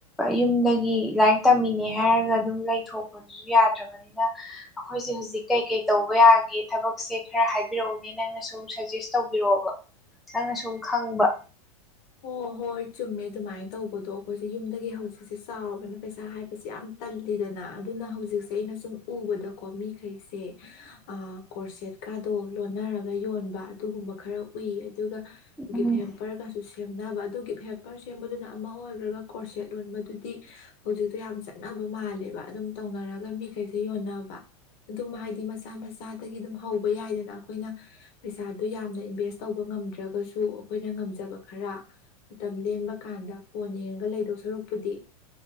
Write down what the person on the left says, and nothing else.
ꯍꯣ ꯍꯣꯏ ꯆꯨꯝꯃꯦ ꯑꯗꯨꯃꯥꯏꯅ ꯇꯧꯕꯗꯣ ꯑꯩꯈꯣꯏꯁꯦ ꯌꯨꯝꯗꯒꯤ ꯍꯧꯖꯤꯛꯁꯦ ꯆꯥꯎꯔꯕꯅꯤ ꯄꯩꯁꯥ ꯍꯥꯏꯁꯦ ꯌꯥꯝ ꯇꯜꯂꯤꯗꯅ ꯑꯗꯨꯅ ꯍꯧꯖꯤꯛꯁꯦ ꯑꯩꯅ ꯁꯨꯝ ꯎꯕꯗꯀꯣ ꯃꯤꯈꯩꯁꯦ ꯑ ꯀꯣꯔꯁꯦꯠꯀꯥꯗꯣ ꯂꯣꯟꯅꯔꯒ ꯌꯣꯟꯕ ꯑꯗꯨꯒꯨꯝꯕ ꯈꯔ ꯎꯏ ꯑꯗꯨꯒ
ꯒꯤꯞ ꯍꯦꯝꯄꯔꯒꯁꯨ ꯁꯦꯝꯅꯕ ꯑꯗꯨ ꯒꯤꯞ ꯍꯦꯝꯄꯔ ꯁꯦꯝꯕꯗꯨꯅ ꯑꯃ ꯑꯣꯏꯈ꯭ꯔꯒ ꯀꯣꯔꯁꯦꯠ ꯂꯣꯟꯕꯗꯨꯗꯤ ꯍꯧꯖꯤꯛꯇꯣ ꯌꯥꯝ ꯆꯠꯅꯕ ꯃꯥꯜꯂꯦꯕ ꯑꯗꯨꯝ ꯇꯧꯅꯔꯒ ꯃꯤꯈꯩꯁꯦ ꯌꯣꯟꯅꯕ ꯑꯗꯨꯝ ꯍꯥꯏꯗꯤ ꯃꯆꯥ ꯃꯆꯥꯗꯒꯤ ꯑꯗꯨꯝ ꯍꯧꯕ ꯌꯥꯏꯗꯅ ꯑꯩꯈꯣꯏꯅ ꯄꯩꯁꯥꯗꯨꯣ ꯌꯥꯝꯅ ꯏꯟꯚꯦꯁ ꯇꯧꯕ ꯉꯝꯗ꯭ꯔꯒꯁꯨ ꯑꯩꯈꯣꯏꯅ ꯉꯝꯖꯕ ꯈꯔ ꯃꯇꯝ ꯂꯦꯟꯕ ꯀꯥꯟꯗ ꯐꯣꯟ ꯌꯦꯡꯉꯒ ꯂꯩꯗꯧ ꯁꯔꯨꯛꯄꯨꯗꯤ